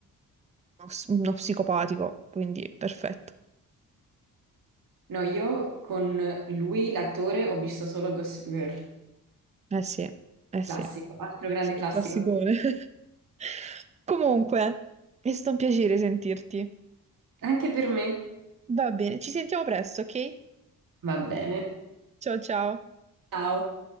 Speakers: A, on the right; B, on the right.
A: uno s- uno psicopatico, quindi perfetto.
B: No, io con lui, l'attore, ho visto solo Gossip Girl,
A: Eh sì, eh sì,
B: classico, altro grande
A: Sì.
B: classico.
A: classicone. <laughs> Comunque, è stato un piacere sentirti.
B: Anche per me.
A: Va bene, ci sentiamo presto, ok?
B: Va bene.
A: Ciao ciao.
B: Ciao.